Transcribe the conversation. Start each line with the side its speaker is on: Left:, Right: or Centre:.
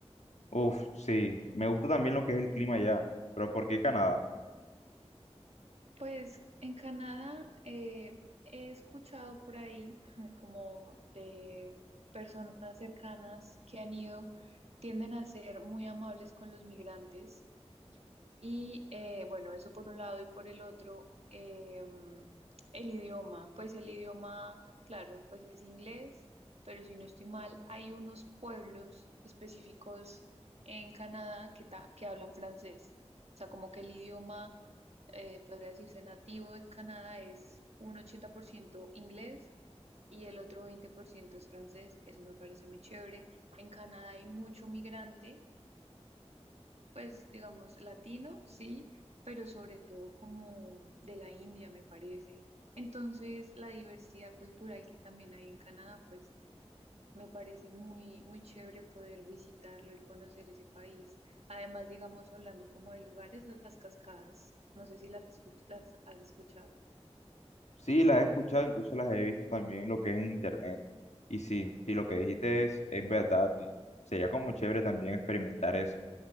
Left: Uf, sí. Me gusta también lo que es el clima allá. Pero ¿por qué Canadá?
Right: Pues en Canadá eh, he escuchado por ahí <laughs> como de personas cercanas que han ido, tienden a ser muy amables con los migrantes. Y eh, bueno, eso por un lado y por el otro, em, el idioma, pues el idioma, claro, pues es inglés, pero si no estoy mal, hay unos pueblos específicos en Canadá que, ta- que hablan francés. O sea, como que el idioma, eh, podría decirse nativo de Canadá es un 80% inglés y el otro 20% es francés. Eso me parece muy chévere. En Canadá hay mucho migrante pues digamos latino, sí, pero sobre todo como de la India, me parece. Entonces, la diversidad cultural que también hay en Canadá, pues me parece muy, muy chévere poder visitarlo y conocer ese país. Además, digamos, hablando como de lugares, las cascadas, no sé si las, escuch- las has escuchado.
Left: Sí, las he escuchado, incluso las he visto también en lo que es en internet. Y sí, y lo
Right: Eh,
Left: que dijiste es, es verdad y sería como chévere también experimentar eso.